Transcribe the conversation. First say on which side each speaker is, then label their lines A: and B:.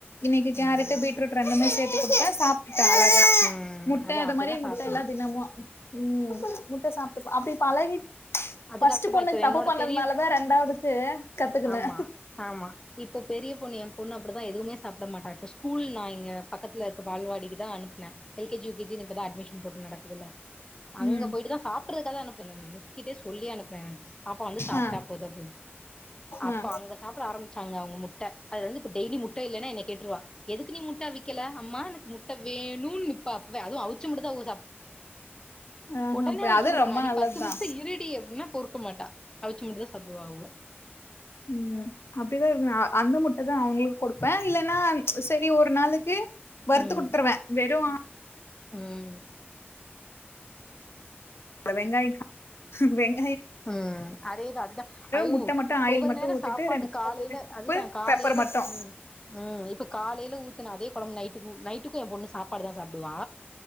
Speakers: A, on the left; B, on the left.
A: இன்னைக்கு கேரட்டு
B: ம்
A: பீட்ரூட் ரெண்டுமே சேத் பண்ணி குடுத்தா சாப்
B: ம்
A: முட்ட
B: அதா
A: அது
B: அப்டிதா
A: மாரி முட்ட
B: சாப்புட்ணு
A: எல்லா தினமு ம் முட்ட சாப்டுப்பா அப்டியே பழகி
B: இது
A: ஃபர்ஸ்ட்
B: கரெக்ட்டுதா
A: பொண்ணுக்கு
B: இப்ப
A: தப்பு
B: என்னோட
A: பண்ணதுனாலதா
B: பெரிய
A: ரெண்டாவதுக்கு கத்துக்குன
B: ஆமா ஆமா இப்ப பெரிய பொண்ணு எம் பொண்ணு அப்டிதா எதுமே சாப்புட மாட்டா இப்ப ஸ்கூல் நா இங்க பக்கத்துல இருக்க பால்வாடிக்கு தா அனுப்புன எல் கேஜி யு கே ஜினு இப்பதா அட்மிஷன் போட்டு நடக் அதுலா அங்க
A: ம்
B: போயிட்டு தாஸ் ப்டுறதுக்கா அனுப்புனோம் மிஸ் மிஸ் கிட்டியே சொல்லி அனுப்புவ பாப்பா வந்து சாப்புட்டா
A: ஆ
B: போது அப்டின் அப்ப
A: ஆ
B: அங்க சாப்புட ஆரம்பிச்சாங்க அவங்க முட்ட அதுல இருந்து இப்ப டெய்லி முட் முட்ட இல்லனா என்னய கேட்ருவா எதுக்கு நீ முட்ட அவிக்கல அம்மா எனக்கு முட் முட்ட வேணுன் நிப்பா அப்பவே அது அவுச்ச முட்டதா <inaudible>
A: ஆஹா
B: ஒடனே
A: அது
B: வுச்சு குடுக்கணு
A: ரொம்ப
B: அடி
A: நல்லதுதா
B: பத்து நிம்ஷோ இருடி அப்டின்னா பொறுக்க மாட்டா அவிச்ச முட்டதா சாப்புடுவா அவ
A: ம் அப்டிதா இருக்கனு அ அந்த முட்டதா அவங்களுக்கு கொடுப்ப இல்லன்னா சேரி ஒரு நாளைக் த்து வறுத்து
B: ம்
A: குடுத்துருவ வெறு
B: ம்
A: வெங்காய் வெங்
B: ம் அதேதா அதுதா அயோ
A: முட்ட மட்டு ஆயில்
B: ஒவ்வொரு
A: மட்டு
B: நேரம்
A: ஊத்திட்டு
B: சாப்பாடு
A: ரெண்டு
B: காலையில
A: உப்பு
B: அதுதா காலையில
A: பெப்பர் மட்டு
B: ம் ம் இப்ப காலையில ஊ த்தன அதே கொழம்பு நைட்டு நைட்டுக்கு எ பொண்ணு சாப்பாடு தா சாப்பிடுவா